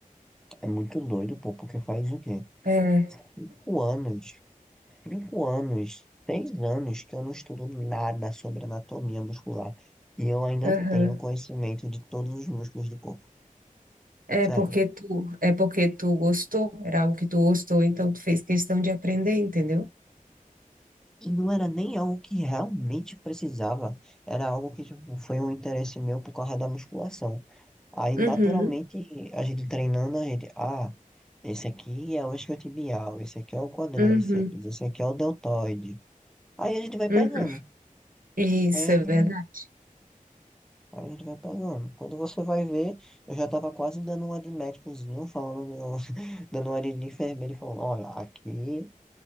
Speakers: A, in the centre; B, on the right.
A: é muito doido, pô, porque faz o quê?
B: É,
A: Cinco anos. Cinco anos, seis anos que eu não estudo nada sobre anatomia muscular. E eu ainda
B: aham.
A: tenho conhecimento de todos os músculos do corpo. Sério.
B: É porque tu, é porque tu gostou, era algo que tu gostou, então tu fez questão de aprender, entendeu?
A: E não era nem algo que realmente precisava. Era algo que tipo, foi um interesse meu por causa da musculação. Aí,
B: Uhum,
A: naturalmente, a gente treinando, a gente. Ah, esse aqui é o isquiotibial, esse aqui é o quadríceps,
B: uhum,
A: esse aqui é o deltoide. Aí a gente vai pegando.
B: uhum. Isso
A: Aí
B: é
A: a gente
B: verdade.
A: Aí a gente vai pegando. Quando você vai ver, eu já tava quase dando uma de médicozinho, falando, <laughs> dando uma de enfermeiro, e falando, olha, aqui